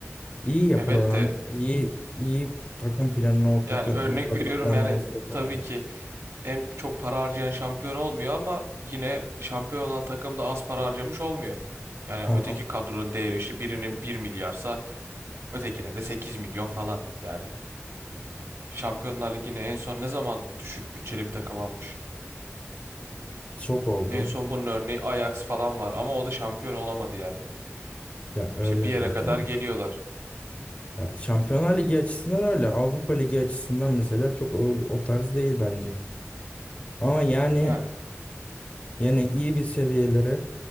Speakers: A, on the left; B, on the right.
A: İyi yapılanan,
B: Evet de
A: iyi iyi takım planına oturtan,
B: yani örnek
A: iyi kadro
B: <laughs> veriyorum
A: planlaması
B: yani
A: yapan
B: tabii
A: oluyor.
B: ki en çok para harcayan şampiyon olmuyor ama yine şampiyon olan takım da az para harcamış olmuyor. Yani
A: Tamam,
B: öteki kadronun değeri işte birinin bir milyarsa ötekinin de 8 milyon falan. Yani Şampiyonlar Ligi'ne en son ne zaman düşük bütçeli bir takım almış?
A: çok oldu.
B: En son bunun örneği Ajax falan var ama o da şampiyon olamadı yani.
A: Ya öyle
B: İşte bir yere
A: zaten.
B: kadar geliyorlar.
A: Ya Şampiyonlar Ligi açısından öyle. Avrupa Ligi açısından mesela çok o, o tarz değil bence. Ama yani
B: Yani
A: yine iyi bir seviyelere